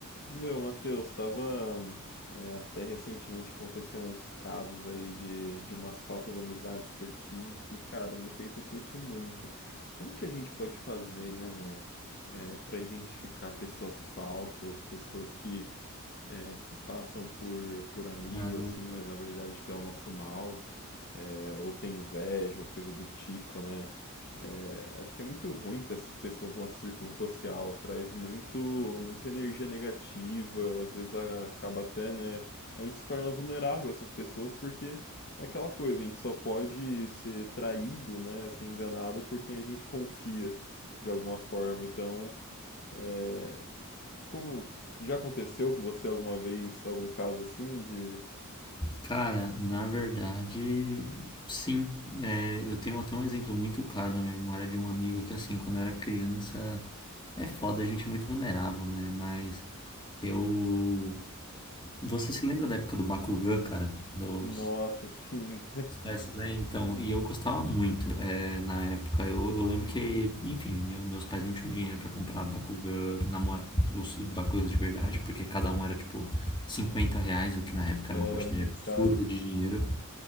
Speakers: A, on the left; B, on the left.
A: Meu, Matheus, estava até recentemente aconteceu uns casos aí de, de umas falsas amizades que eu tive que, cara, me fez refletir muito. Como que a gente pode fazer, né, é, para identificar pessoas falsas, pessoas que é, se passam por, por amigo
B: Ah,
A: assim, mas na verdade que é o nosso mal? é, ou tem inveja, ou coisa do tipo, né? É, acho que é muito ruim ter essas pessoas no nosso círculo social, traz muito, muita energia negativa, às vezes a- acaba até, né? A gente se torna vulnerável a essas pessoas porque é aquela coisa, a gente só pode ser traído, né? Ser enganado por quem a gente confia de alguma forma. Então, é, como já aconteceu com você alguma vez algum caso assim de,
B: Cara, na verdade, sim. É, eu tenho até um exemplo muito claro na minha memória de um amigo que, assim, quando eu era criança, é foda, a gente é muito vulnerável, né? Mas eu. Você se lembra da época do Bakugan, cara? Do
A: nossa, sim,
B: Dessas aí, então, e eu gostava muito. é, na época, eu, eu lembro que, enfim, meu- meus pais não tinham dinheiro pra comprar Bakugan, namora, os Bakugans de verdade, porque cada um era tipo 50 reais, o que na
A: <laughs>
B: época
A: era
B: era uma quantidade
A: muito
B: absurda
A: caro.
B: de dinheiro.